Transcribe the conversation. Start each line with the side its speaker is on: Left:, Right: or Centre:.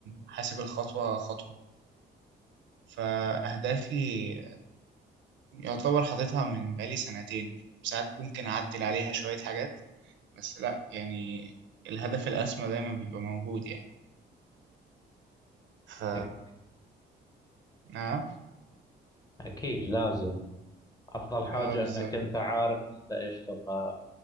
Right: حاسب الخطوة خطوة فأهدافي يعتبر حاططها من بقالي سنتين ساعات ممكن أعدل عليها شوية حاجات بس لأ يعني الهدف الأسمى دايما بيبقى موجود يعني ف
Left: أك-
Right: نعم
Left: أكيد لازم أفضل حاجة
Right: اه بالظبط
Left: أنك أنت عارف أنت إيش تبغى